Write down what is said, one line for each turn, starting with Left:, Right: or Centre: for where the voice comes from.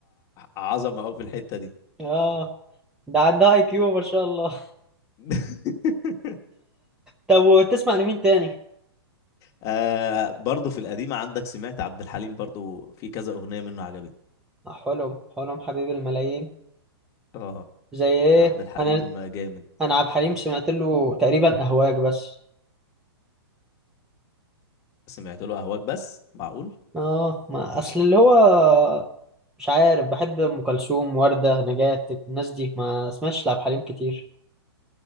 Left: عظمة أوي في الحتة دي
Centre: آه ده عندها اي كيو ما شاء الله <laughs>
Left: <laughs>
Centre: طب وتسمع لمين تاني؟
Left: آه برضه في القديمة عندك سمعت عبد الحليم برضه في كذا أغنية منه عجبتني
Centre: آه، حلم حلم حبيب الملايين
Left: اه
Centre: زي ايه؟
Left: عبد الحليم
Centre: أنا
Left: جامد
Centre: أنا عبد الحليم سمعت له تقريبا أهواك بس
Left: سمعت له اهواك بس معقول
Centre: آه ما أصل اللي هو مش عارف بحب أم كلثوم وردة نجاة الناس دي ما سمعتش لعبد الحليم كتير